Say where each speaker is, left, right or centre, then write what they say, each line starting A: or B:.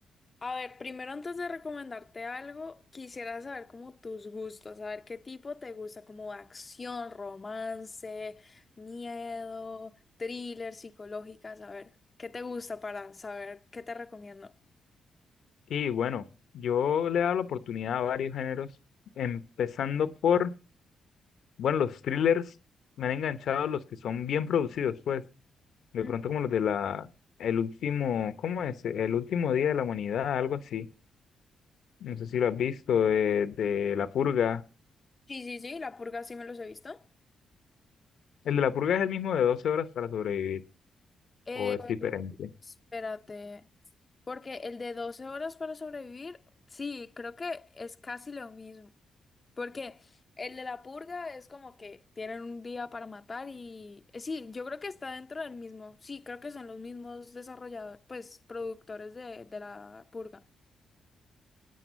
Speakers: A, on the left; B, on the left.
A: a ver, primero antes de recomendarte algo, quisiera saber como tus gustos, saber qué tipo te gusta, como acción, romance, miedo, thriller, psicológicas, a ver, qué te gusta para saber qué te recomiendo.
B: Y bueno, yo le he dado la oportunidad a varios géneros, empezando por, bueno, los thrillers, me han enganchado los que son bien producidos, pues. De
A: Mm.
B: pronto como los de la, el último, ¿cómo es? El último día de la humanidad, algo así. No sé si lo has visto, de, de la purga.
A: Sí, sí, sí, La Purga sí me los he visto.
B: El de la purga es el mismo de 12 horas para sobrevivir,
A: Eh,
B: o es diferente.
A: espérate, porque el de 12 horas para sobrevivir, sí, creo que es casi lo mismo. Porque el de la purga es como que tienen un día para matar y... eh, Sí, yo creo que está dentro del mismo. Sí, creo que son los mismos desarrolladores, pues productores de, de la purga.